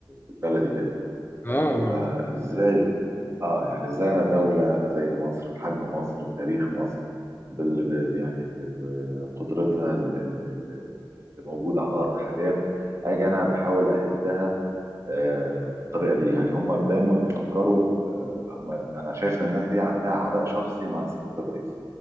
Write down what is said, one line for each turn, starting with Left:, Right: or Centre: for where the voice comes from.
Right: بالبلدي كده
Left: اه
Right: آه، هو
Left: ما هو
Right: ازاي اه يعني ازاي انا دولة زي مصر بحجم مصر بتاريخ مصر بال ب- يعني ب- بقدرتها ال- ال- ال- اللي موجودة على الأرض حاليا أجي أنا بحاول أهدها آه، بالطريقة دي يعني هم دايما بيفكروا آه، هم أنا شايف إن الناس دي عندها عداء شخصي مع سيادة الرئيس